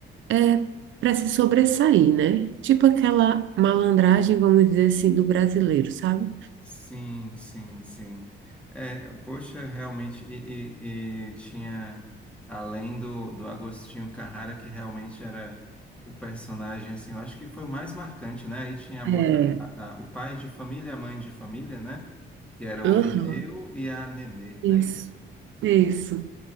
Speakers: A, on the right; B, in the centre.
A: é, para se sobressair, né? Tipo aquela malandragem, vamos dizer assim, do brasileiro, sabe?
B: Sim, sim, sim. É, poxa, realmente, e, e- e tinha, além do, do Agostinho Carrara, que realmente era o personagem, assim, eu acho que foi o mais marcante, né? Aí tinha a, mo-
A: É,
B: a- a- o pai de família, a mãe de família, né? Que era o
A: aham,
B: Lineu e a Nenê, não
A: isso,
B: é isso?
A: isso.